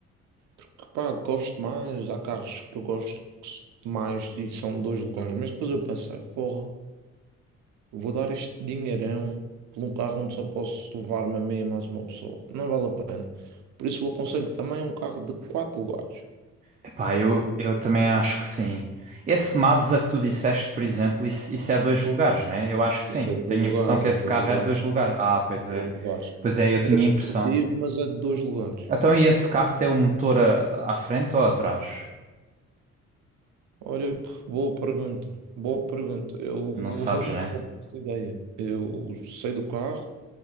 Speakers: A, on the right; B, on the right.
A: porque, pá, gosto mais, há carros que eu gosto que s- mais e são de dois lugares, mas depois eu pensei, porra. Vou dar este dinheirão por um carro onde só posso levar-me a mim e mais uma pessoa. Não vale a pena. Por isso, eu aconselho também um carro de quatro lugares.
B: Epá, eu, eu também acho que sim. Esse Mazda que tu disseste, por exemplo, isso, isso é dois lugares, né? Eu acho que sim.
A: Isso é de dois
B: Tenho
A: lugares,
B: a impressão que
A: é
B: esse
A: de dois
B: carro
A: lugares,
B: é de dois lugares. Ah, pois
A: é de
B: é.
A: dois lugares.
B: Pois é, eu tinha
A: É desportivo,
B: a impressão.
A: mas é de dois lugares.
B: Então, e esse carro tem o motor a- à frente ou atrás?
A: Olha que boa pergunta. Boa pergunta. Eu <laughs>
B: Não sabes, né?
A: não faço ideia. Eu sei do carro,